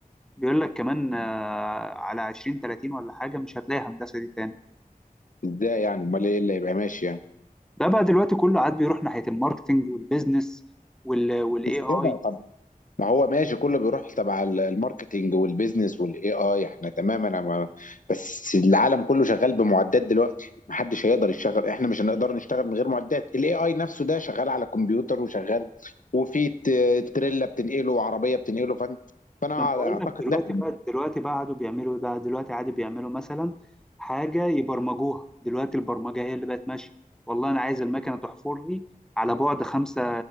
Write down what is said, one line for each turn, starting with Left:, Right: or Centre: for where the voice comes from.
Centre: بيقول لك كمان آه، على 20 30 ولا حاجة مش هتلاقي هندسة دي تاني
Left: ازاي يعني امال ايه اللي هيبقى ماشي يعني؟
Centre: ده بقى دلوقتي كله عاد بيروح ناحية الماركتينج والبيزنس وال والاي
Left: مش
Centre: اي
Left: كده ما هو ماشي كله بيروح تبع ال- الماركتينج والبيزنس والاي اي احنا تمام انا ما بس العالم كله شغال بمعدات دلوقتي محدش هيقدر يشتغل احنا مش هنقدر نشتغل من غير معدات الاي اي نفسه ده شغال على كمبيوتر وشغال وفي ت- تريلا بتنقله وعربيه بتنقله فانا فانا
Centre: ما أنا بقول
Left: اعتقد
Centre: لك دلوقتي
Left: لا
Centre: بقى دلوقتي بقى قعدوا بيعملوا ده دلوقتي عادي بيعملوا مثلا حاجة يبرمجوها دلوقتي البرمجة هي اللي بقت ماشية والله أنا عايز المكنة تحفر لي على بعد خمسة